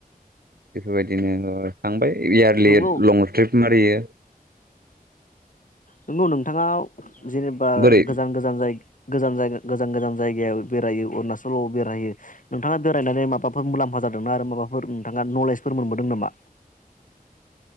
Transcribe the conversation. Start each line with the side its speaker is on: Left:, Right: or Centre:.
Right: बेफोरबायदिनो थांबाय इयारलि
Left: नंगौ
Right: लं ट्रिप मारियो । <inaudible>
Left: नोंगौ नोंथां । <unintelligible> जेनेबा
Right: बोरै
Left: गोजान गोजान जाय गोजान जायगा गोजान गोजान जायगायाव बेरायो अरुणाचलाव बेरहायो नोंथाङा बेरायनानै माबाफोर मुलाम्फा जादोंना आरो माबाफोर नोंथाङा नलेजफोर मोनबोदों नामा?